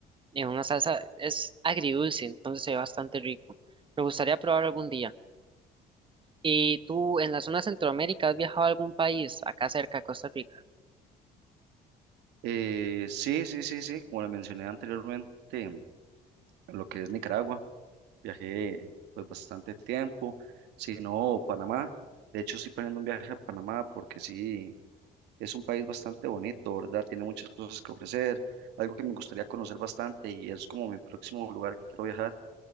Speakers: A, on the right; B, on the right.
A: en una salsa, es agridulce, entonces se ve bastante rico. Me gustaría probar algún día. ¿Y tú en la zona de Centroamérica has viajado a algún país, acá cerca de Costa Rica?
B: Eh, sí, sí, sí, sí. Como le mencioné anteriormente, lo que es Nicaragua, viajé pues bastante tiempo. Si no, Panamá. De hecho, estoy planeando un viaje a Panamá porque sí. Es un país bastante bonito, ¿verdad? Tiene muchas cosas que ofrecer. Algo que me gustaría conocer bastante y es como mi próximo lugar que quiero viajar